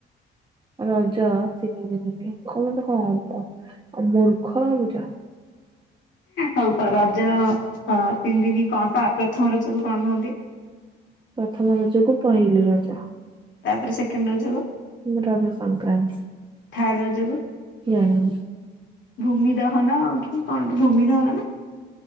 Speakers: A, on the right (about 25°); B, on the left (about 65°).
A: ରାଜା ତିନି ଦିନ କମ ହଁ ଆଉ ମୂର୍ଖ ଆଉ ଯ
B: ହଉ ରଜ ତିନି ଦିନି କଣ ପା ପ୍ରଥମ ରଜକୁ କଣ କୁହନ୍ତି?
A: ପ୍ରଥମ ରଜକୁ ପହିଲି ରଜ।
B: ତାପରେ ସେକେଣ୍ଡ ରଜ ହବ।
A: ରଜ ସଂକ୍ରାନ୍ତି
B: ଥାର୍ଡ ରଜକୁ
A: ଜାଣିନି।
B: ଭୂମି ଦହନ କି କଣ ଭୂମିଦହନ ନା